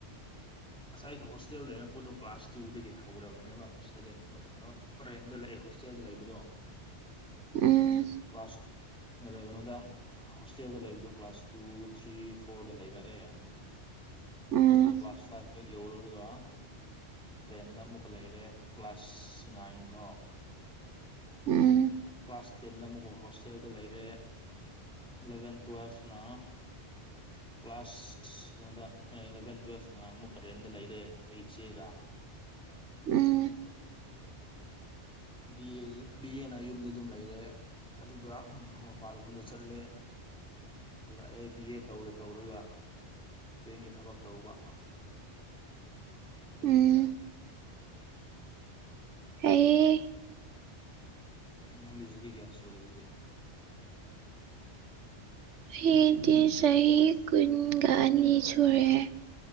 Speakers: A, in the centre; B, on the right.
A: ꯉꯁꯥꯏ ꯑꯩꯅ ꯍꯣꯁꯇꯦꯜ ꯂꯩꯔꯛꯄꯗꯣ ꯀ꯭ꯂꯥꯁ ꯇꯨꯗꯒꯤ ꯍꯧꯔꯕꯅꯦꯕ ꯍꯣꯁꯇꯦꯜꯗ ꯀꯩꯅꯣ ꯔꯦꯟꯗ ꯂꯩꯦ ꯍꯣꯁꯇꯦꯜꯗ ꯂꯩꯕꯗꯣ
B: ꯎꯝ
A: ꯀ꯭ꯂꯥꯁ ꯀꯩꯅꯣꯗ ꯍꯣꯁꯇꯦꯜꯗ ꯂꯩꯕꯗꯣ ꯀ꯭ꯂꯥꯁ ꯇꯨ ꯊ꯭ꯔꯤ ꯐꯣꯔꯗ ꯂꯩꯔꯛꯑꯦ ꯑꯗꯨꯒ
B: ꯎꯝ
A: ꯀ꯭ꯂꯥꯁ ꯐꯥꯏꯚ ꯍꯦꯛ ꯌꯧꯔꯨꯔꯒ ꯔꯦꯟꯗ ꯑꯃꯨꯛꯀ ꯂꯩꯔꯦ ꯀ꯭ꯂꯥꯁ ꯅꯥꯏꯟ ꯐꯥꯎ
B: ꯎꯝ
A: ꯀ꯭ꯂꯥꯁ ꯇꯦꯟꯗ ꯑꯃꯨꯛꯀ ꯍꯣꯁꯇꯦꯜꯗ ꯂꯩꯔꯦ ꯏꯂꯚꯦꯟ ꯇꯨꯋꯦꯜꯐꯅ ꯍ ꯀ꯭ꯂꯥꯁ ꯀꯩꯅꯣꯗ ꯏꯂꯚꯦꯟ ꯇꯨꯋꯦꯜꯐꯅ ꯑꯃꯨꯛꯀ ꯔꯦꯟꯗ ꯂꯩꯔꯦ ꯑꯩꯈꯣꯏ ꯏꯆꯦꯒ
B: ꯎꯝ
A: ꯕꯤ ꯑꯦ ꯕꯤ ꯑꯦꯅ ꯌꯨꯝꯗ ꯑꯗꯨꯝ ꯂꯩꯔꯦ ꯑꯗꯨꯒ ꯃꯄꯥꯟꯂꯣꯝꯗ ꯆꯠꯂꯦ ꯂꯥꯛꯑꯦ ꯕꯤ ꯑꯦ ꯇꯧꯔ ꯇꯧꯔꯒ ꯕꯦꯡꯒꯤ ꯊꯕꯛ ꯇꯧꯕ ꯑꯗꯨꯒꯤꯅꯤꯅ
B: ꯎꯝ ꯑꯩ
A: ꯅꯪꯗꯤ ꯆꯍꯤ ꯀꯌꯥ ꯁꯨꯔꯦ ꯑꯗꯨꯗꯤ
B: ꯑꯩꯗꯤ ꯆꯍꯤ ꯀꯨꯟꯒ ꯑꯅꯤ ꯁꯨꯔꯦꯦ